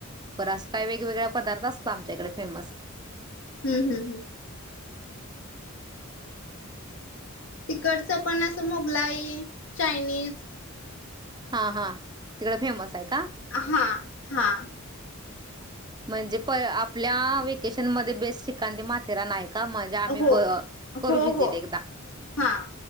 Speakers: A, on the right (about 20°); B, on the left (about 60°).
A: प असं काही वेगवेगळ पदार्थ असतात आमच्या इकडे फेमस
B: हम्म हम्म हम्म तिकडचं पण असं मुगलाई चायनीज
A: हा हा तिकड फेमस आहेत
B: हा हा
A: म्हणजे प आपल्या वेकेशन मध्ये बेस्ट ठिकाण माथेरानं आहे. का म ज्या आम्ही
B: हो
A: ब करू
B: हो
A: विजिट
B: हो
A: एकदा
B: हा